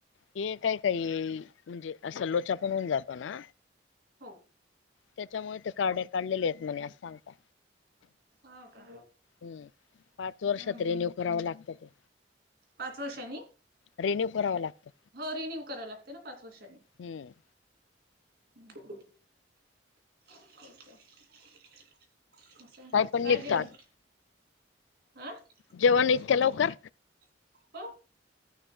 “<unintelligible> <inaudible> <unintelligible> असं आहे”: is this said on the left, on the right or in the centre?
Right